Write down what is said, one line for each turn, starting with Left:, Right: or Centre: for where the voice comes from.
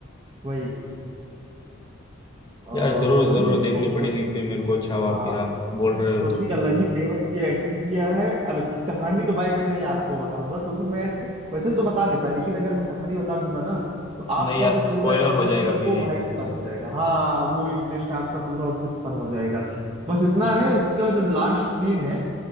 Right: वही
Left: यार
Right: और
Left: जरूर
Right: भाई
Left: जरूर देखनी
Right: बहुत
Left: पड़ेगी फिर मेरे को अच्छा हुआ
Right: हाँ,
Left: फिर आप बोल रहे हो
Right: बहुत
Left: तो
Right: ही अलग ही लेवल की एक्टिंग किया है अब इसकी कहानी तो भाई मैं नहीं आपको बताऊंगा क्योंकि मैं वैसे तो बता देता लेकिन अगर मैं कहानी बता दूंगा ना तो आपका
Left: नहीं यार
Right: जो
Left: स्पॉइलर
Right: पूरा इंटरेस्ट
Left: हो जाएगा
Right: है
Left: फिर
Right: वो
Left: ये
Right: भाई खत्म हो जाएगा हाँ वो इंटरेस्ट आपका पूरा उसमें खत्म हो जाएगा बस इतना है उसका जो लास्ट सीन है